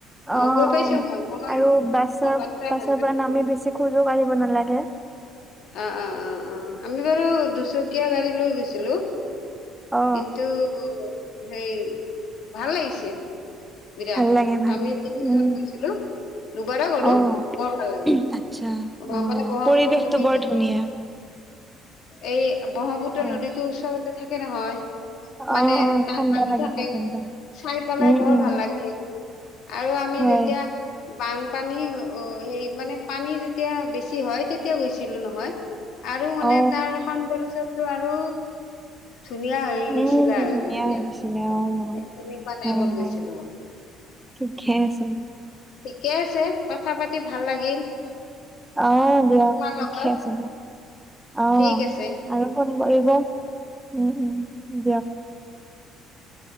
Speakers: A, in the centre; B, on the left.
A: অঁ
B: অ',
A: অঁ
B: গৈ পাইছো মই মই
A: আৰু বাছৰ
B: মোৰ বাচ্ছা
A: বাছৰ
B: হাজবেণ্ড
A: পৰা নামেই বেছি। খোজো কাঢ়িব নালাগে।
B: অঁ অঁ অঁ অঁ আমি বাৰু দুচকীয়া গাড়ী লৈ গৈছিলোঁ
A: অ অ
B: কিন্তু সেই ভাল লাগিছিল। বিৰাট
A: ভাল লাগে, ভাল
B: আমি
A: লাগে
B: তিনিওজন
A: উম।
B: গৈছিলো দুবাৰ গ'লো
A: অঁ
B: বৰ ভাল লাগে
A: আচ্ছা
B: অ
A: অঁ
B: মানে ব্ৰহ্মপুত্ৰ
A: পৰিৱেশটো
B: নদীতো
A: বৰ ধুনিয়া। ধুনীয়া।
B: এই ব্ৰহ্মপুত্ৰ
A: হয়
B: নদীতো ওচৰতে থাকে নহয়। মানে
A: অ অ
B: তাৰ
A: ঠাণ্ডা
B: লাগি থাকে
A: একদম
B: চাই পেলাই
A: উম
B: বৰ
A: উম
B: ভাল লাগে। আৰু আমি
A: হয়
B: যেতিয়া বান। পানী অঁ সেই মানে পানী যেতিয়া বেছি হয় তেতিয়া গৈছিলোঁ নহয়। আৰু মানে
A: অ
B: তাৰ সৌন্দৰ্যটো আৰু ধুনীয়া হৈ
A: উম
B: গৈছিলে আৰু
A: ধুনীয়া
B: তেতিয়া
A: আহিছিলে অ
B: সেখিনি পৰাটাইমত
A: হয় হয়
B: গৈছিলোঁ মই
A: ঠিকে আছে
B: ঠিকে আছে কথা পাতি ভাল লাগিল
A: অহঁ দিয়ক
B: তোমাৰ লগত
A: থিকে আছে দিয়ক। অঁ
B: ঠিক আছে
A: আৰু ফোন কৰিব উম উম দিয়ক।